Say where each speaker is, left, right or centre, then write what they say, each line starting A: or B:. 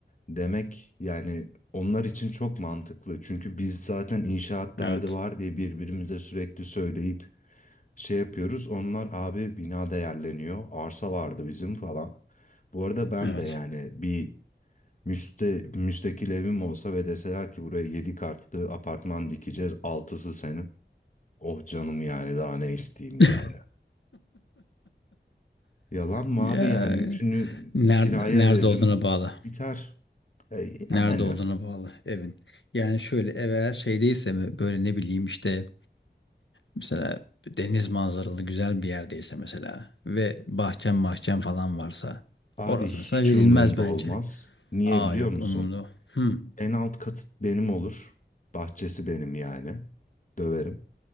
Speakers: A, on the left; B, on the left.
A: demek yani onlar için çok mantıklı. Çünkü biz zaten inşaat derdi
B: evet.
A: var diye birbirimize sürekli söyleyip şey yapıyoruz. Onlar abi bina değerleniyor, arsa vardı bizim falan. Bu arada ben
B: Evet.
A: de yani bir müste, müstakil evim olsa ve deseler ki buraya 7 katlı apartman dikeceğiz, altısı senin. Oh canım yani daha ne isteyeyim
B: <laughs>
A: yani. Yalan mı
B: Ya
A: abi yani üçünü
B: nerede
A: kiraya
B: nerede
A: veririm
B: olduğuna bağlı.
A: biter. E,
B: Nerede
A: yani.
B: olduğuna bağlı evin. Yani şöyle ev eğer şeydeyse mi böyle ne bileyim işte Mesela deniz manzaralı güzel bir yerdeyse mesela ve bahçem bahçem falan varsa
A: Abi
B: orası
A: hiç
B: mesela verilmez
A: umurumda
B: bence.
A: olmaz. Niye
B: Aa
A: biliyor
B: yok
A: musun?
B: umurumda. Hmm.
A: En alt katı benim olur. Bahçesi benim yani. Döverim.